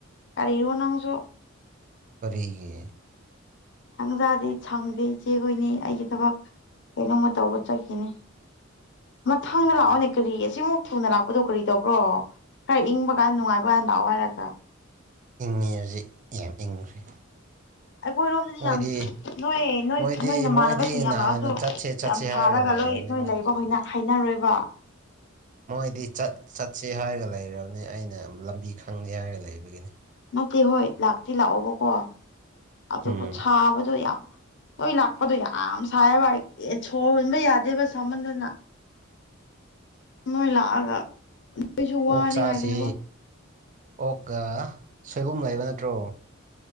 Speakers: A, on the left (about 60°); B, on the right (about 40°).
A: ꯀꯔꯤꯔꯣ ꯅꯪꯁꯨ
B: ꯀꯔꯤꯒꯤ
A: ꯊꯪꯖꯥꯗꯤ ꯁꯪꯗꯦ ꯏꯆꯦꯈꯣꯏꯅꯤ ꯑꯩꯒꯤ ꯊꯕꯛ ꯀꯩꯅꯣꯝꯃ ꯇꯧꯕ ꯆꯠꯈꯤꯅꯤ ꯃꯊꯪꯗ
B: ꯑꯣ
A: ꯂꯥꯛꯑꯣꯅꯦ ꯀꯔꯤ ꯑꯁꯤꯃꯨꯛ ꯊꯨꯅ ꯂꯥꯛꯄꯗꯣ ꯀꯔꯤ ꯇꯧꯕ꯭ꯔꯣ ꯈꯔ ꯏꯪꯕ ꯀꯥꯟꯗ ꯅꯨꯡꯉꯥꯏꯕ ꯀꯥꯟꯗ ꯂꯥꯛꯑꯣ ꯍꯥꯏꯔꯒ
B: ꯏꯪꯉꯦ ꯍꯧꯖꯤꯛ ꯌꯥꯝ ꯏꯪꯈ꯭ꯔꯦ
A: ꯑꯩꯈꯣꯏꯔꯣꯝꯗꯗꯤ
B: ꯃꯣꯏꯗꯤ
A: ꯌꯥꯝ ꯅꯣꯏ ꯅꯣꯏ
B: ꯃꯣꯏꯗꯤ
A: ꯅꯣꯏ ꯅꯃꯥꯟꯅꯕꯁꯤꯡ
B: ꯃꯣꯏꯗꯤ
A: ꯌꯥꯝ
B: ꯅꯍꯥꯟꯅ
A: ꯂꯥꯛꯑꯁꯨ
B: ꯆꯠꯁꯦ ꯆꯠꯁꯤ
A: ꯌꯥꯝ ꯁꯥꯔꯒ
B: ꯍꯥꯏꯔꯒ ꯂꯩꯔꯕꯅꯤ
A: ꯂꯣꯏ ꯅꯣꯏ
B: ꯃꯣꯏꯒꯤꯗꯤ
A: ꯂꯩꯕ ꯍꯩꯅꯔꯣꯏꯕ
B: ꯃꯣꯏꯗꯤ ꯆꯠꯁꯤ ꯍꯥꯏꯔꯒ ꯂꯩꯔꯕꯅꯤ ꯑꯩꯅ ꯂꯝꯕꯤ ꯈꯪꯗꯦ ꯍꯥꯏꯔꯒ ꯂꯩꯕꯒꯤꯅꯤ
A: ꯅꯠꯇꯦ ꯍꯣꯏ ꯂꯥꯛꯇꯤ ꯂꯥꯛꯑꯣꯕꯀꯣ ꯑꯗꯨꯕꯨ
B: ꯎꯝ
A: ꯁꯥꯕꯗꯣ ꯌꯥꯝ ꯅꯣꯏ ꯂꯥꯛꯄꯗꯣ ꯌꯥꯝ ꯁꯥꯏꯑꯦꯕ ꯑꯩ ꯁꯣꯔ ꯍꯣꯟꯕ ꯌꯥꯗꯦꯕ ꯁꯥꯃꯟꯗꯅ ꯅꯣꯏ ꯂꯥꯛꯑꯒ ꯑꯩꯁꯨ ꯋꯥꯅꯤꯡꯉꯥꯏꯅꯦꯕ
B: ꯑꯣꯛ ꯆꯥꯁꯤ ꯑꯣꯛꯑ ꯁꯣꯏꯕꯨꯝ ꯂꯩꯕ ꯅꯠꯇ꯭ꯔꯣ